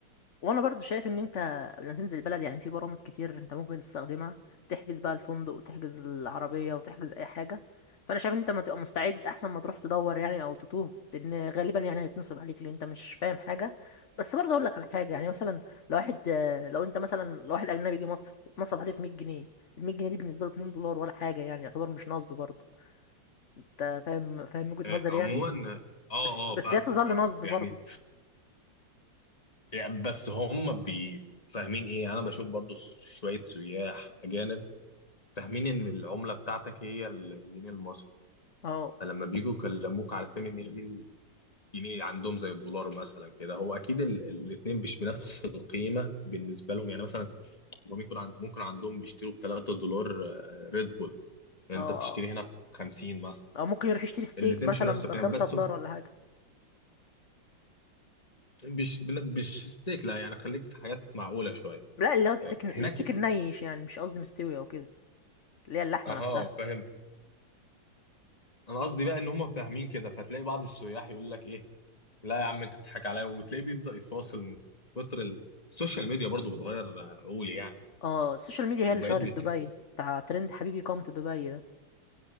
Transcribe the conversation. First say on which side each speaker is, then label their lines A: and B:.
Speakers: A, on the left (about 45°); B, on the left (about 20°).
A: وانا برضو شايف ان انت قبل ما تنزل البلد يعني في برامج كتير انت ممكن تستخدمها تحجز بقى الفندق وتحجز العربية وتحجز اي حاجة فانا شايف ان انت ما تبقى مستعد احسن ما تروح تدور يعني او تتوه لان غالبا يعني هيتنصب عليك لان انت مش فاهم حاجة بس برضه اقول لك على حاجة يعني مثلا لو واحد آه، لو انت مثلا لو واحد اجنبي جه مصر نصب عليه في 100 جنيه ال 100 جنيه دي بالنسبة له 2 دولار ولا حاجة يعني يعتبر مش نصب برضه انت فاهم فاهم وجهة
B: آه،
A: نظري
B: عموما
A: يعني
B: اه
A: بس بس
B: اه فاهمك
A: هي تظل
B: فاهمك
A: نصب برضه
B: يعني يعني بس هم بي فاهمين ايه انا بشوف برضو شويه سياح اجانب فاهمين ان العمله بتاعتك هي الجنيه المصري
A: اه
B: فلما بيجوا يكلموك عارفين ان هي دي الجنيه عندهم زي الدولار مثلا كده هو اكيد الاثنين مش بنفس القيمه بالنسبه لهم يعني مثلا هم ممكن عن- ممكن عندهم بيشتروا ب 3 دولار آه، ريد بول يعني
A: اه
B: انت بتشتري
A: اه.
B: هنا ب 50 مثلا
A: او ممكن يروح يشتري ستيك
B: الاثنين
A: مثلا
B: مش بنفس القيمه
A: بخمسة
B: بس
A: دولار
B: هو
A: ولا حاجة
B: مش بن- مش ستيك لا يعني خليك في حاجات معقوله شويه
A: لا اللي هو الستيك
B: آه،
A: الستيك
B: هناك
A: النيش يعني مش قصدي مستوي او كده اللي هي اللحمة
B: اها
A: نفسها
B: فهمت انا قصدي بقى ان هم فاهمين كده فتلاقي بعض السياح يقول لك ايه لا يا عم انت بتضحك عليا وتلاقيه بيبدأ يفاصل من كتر ال- السوشيال ميديا برضو بتغير عقولي يعني
A: اه السوشيال ميديا هي
B: وبقيت
A: اللي شهرت
B: بتشوف
A: دبي بتاع ترند حبيبي كوم تو دبي ده